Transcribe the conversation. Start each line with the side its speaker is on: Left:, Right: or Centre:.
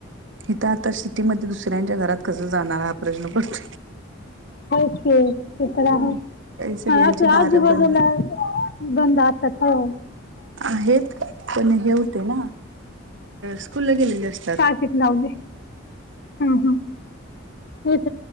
Right: इथं आता सिटीमध्येध्ये दुसऱ्यांच्या घरात कस जाणारा हा प्रश्न पडतो
Left: हो ते तर आहे
Right: काही सगळ्यांची
Left: हा असं
Right: दारं
Left: आजूबाजूला
Right: बंद
Left: बंद असतात हो
Right: आहेत पण हे होते ना स्कूलला गेलेले असते
Left: टाकीत लावले हम् हम् इथ